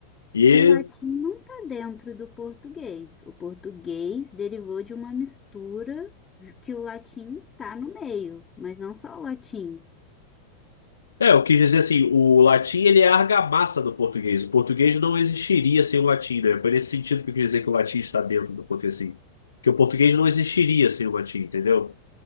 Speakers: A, on the left (about 70°); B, on the left (about 20°).
A: E
B: O latim não está dentro do português. O português derivou de uma mistura que o latim está no meio, mas não só o latim.
A: É, eu quis dizer assim, o latim ele é a argamassa do português. O português não existiria sem o latim, né? Foi nesse sentido que eu quis dizer que o latim está dentro do português, assim. Que o português não existiria sem o latim, entendeu?